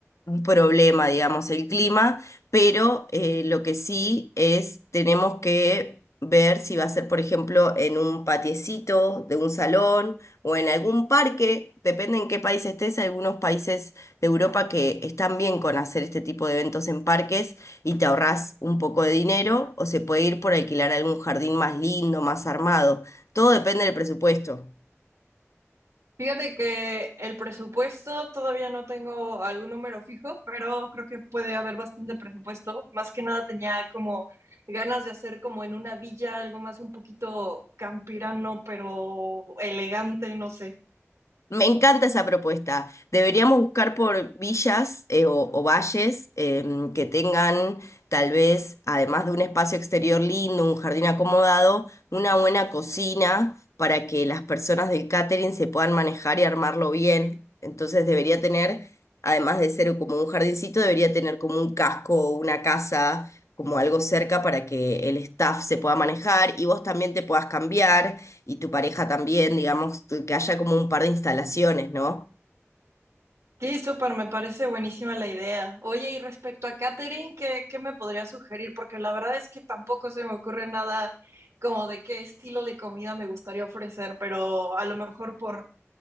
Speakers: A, on the left; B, on the right.
A: un problema, digamos, el clima, pero eh, lo que sí es, tenemos que ver si va a ser, por ejemplo, en un patiecito de un salón o en algún parque, depende en qué país estés, algunos países de Europa que están bien con hacer este tipo de eventos en parques y te ahorras un poco de dinero o se puede ir por alquilar algún jardín más lindo, más armado. Todo depende del presupuesto.
B: Fíjate que el presupuesto todavía no tengo algún número fijo, pero creo que puede haber bastante presupuesto. Más que nada tenía como ganas de hacer como en una villa algo más un poquito campirano, pero elegante, no sé.
A: Me encanta esa propuesta. Deberíamos buscar por villas eh, o, o valles em, que tengan tal vez, además de un espacio exterior lindo, un jardín acomodado, una buena cocina para que las personas del catering se puedan manejar y armarlo bien. Entonces debería tener, además de ser como un jardincito, debería tener como un casco o una casa, como algo cerca para que el staff se pueda manejar y vos también te puedas cambiar y tu pareja también, digamos, tu- que haya como un par de instalaciones, ¿no?
B: Sí, súper, me parece buenísima la idea. Oye, y respecto a catering, ¿qué, qué me podría sugerir? Porque la verdad es que tampoco se me ocurre nada como de qué estilo de comida me gustaría ofrecer, pero a lo mejor por